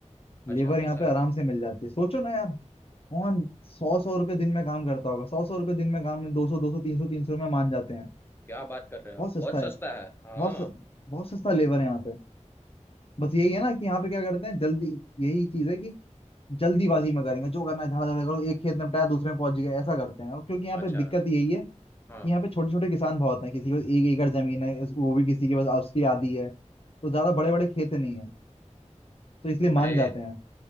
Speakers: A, on the left (about 20°); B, on the left (about 50°).
A: अच्छा
B: लेबर यहाँ
A: ऐसा
B: पे आराम
A: है
B: से मिल जाती है सोचो ना यार कौन सौ सौ रुपए दिन में काम करता होगा सौ सौ रुपए दिन में काम में दो सौ दो सौ तीन सौ तीन सौ में मान जाते हैं
A: क्या बात कर रहे
B: बहुत
A: हो बहुत
B: सस्ता
A: सस्ता
B: है
A: है हाँ
B: बहुत स- बहुत सस्ता लेबर है यहाँ पे बस यही है ना कि यहाँ पे क्या करते हैं जल्दी यही चीज है कि जल्दीबाजी में करेंगे जो करना है धड़ाधड़ करो एक खेत निपटाया दूसरे में पहुंच गए ऐसा करते हैं और क्योंकि यहाँ
A: अच्छा
B: पे दिक्कत यही है कि
A: हाँ
B: यहाँ पे छोटे छोटे किसान बहुत हैं किसी के पास एक एकड़ जमीन है इस- वो भी किसी के पास उसकी आधी है तो ज्यादा बड़े बड़े खेत नहीं है तो इसलिए
A: अरे
B: मान जाते हैं